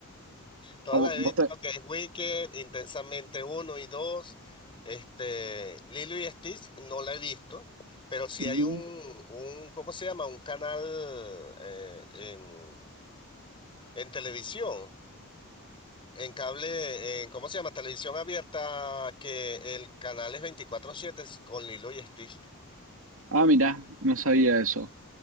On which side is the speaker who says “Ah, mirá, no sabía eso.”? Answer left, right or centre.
Right